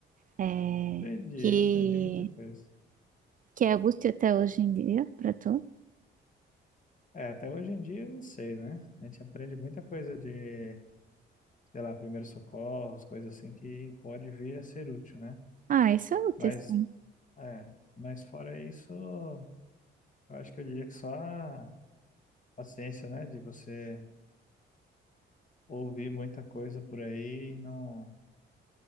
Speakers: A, on the right; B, on the left.
A: É,
B: Aprendi,
A: que,
B: aprendi muita coisa.
A: que é útil até hoje em dia pra tu?
B: É, até hoje em dia eu não sei, né? A gente aprende muita coisa de, sei lá, primeiros socorros, coisas assim que pode vir a ser útil, né?
A: Ah, isso é útil,
B: Mas
A: sim.
B: É, mas fora isso, eu acho que eu diria que só a paciência, né, de você ouvir muita coisa por aí e não,